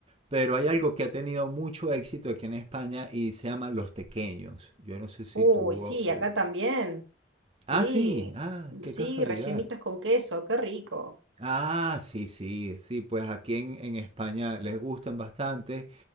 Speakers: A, on the right; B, on the right.
A: pero hay algo que ha tenido mucho éxito aquí en España y se llaman los tequeños. Yo no sé si
B: Uy,
A: tú...
B: sí,
A: o-
B: acá
A: al-
B: también. Sí,
A: Ah, sí, ah, qué
B: sí,
A: casualidad.
B: rellenitas con queso, qué rico.
A: Ah, sí, sí, sí, pues aquí en, en España les gustan bastante.